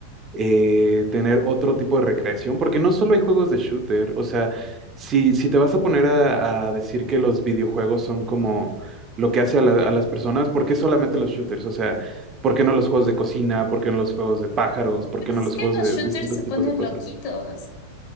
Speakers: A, on the right; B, on the left.
A: eh, tener otro tipo de recreación, porque no solo hay juegos de shooter, o sea, si, si te vas a poner a, a decir que los videojuegos son como lo que hace a, la- a las personas, ¿por qué solamente los shooters? O sea, ¿por qué no los juegos de cocina? ¿Por qué no los juegos de pájaros? ¿Por
B: Pues
A: qué no los
B: es que
A: juegos
B: los
A: de
B: shooters
A: distintos
B: se ponen
A: tipos de cosas?
B: loquitos,